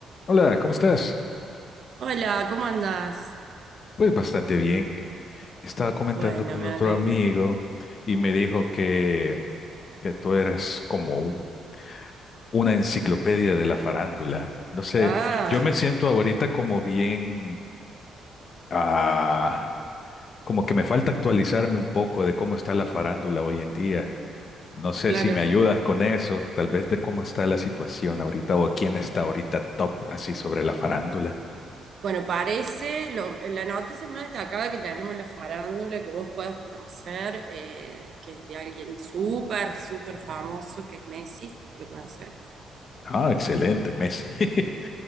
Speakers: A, on the left (about 45°); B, on the right (about 60°).
A: Hola, ¿cómo estás?
B: Hola, ¿cómo andás?
A: Pues bastante bien. Estaba comentando
B: Bueno,
A: con
B: me
A: otro
B: alegro.
A: amigo y me dijo que, que tú eras como un- una enciclopedia de la farándula. No sé,
B: Ah,
A: yo me siento ahorita como bien, ah, como que me falta actualizarme un poco de cómo está la farándula hoy en día. No sé
B: claro.
A: si me ayudas con eso, tal vez de cómo está la situación ahorita o quién está ahorita top así sobre la farándula.
B: Bueno, parece lo- la noticia más destacada que tenemos en la farándula que vos puedas conocer, eh, que es de alguien súper, súper famoso, que es Messi. ¿Lo conoces?
A: Ah, excelente, Messi. <laughs>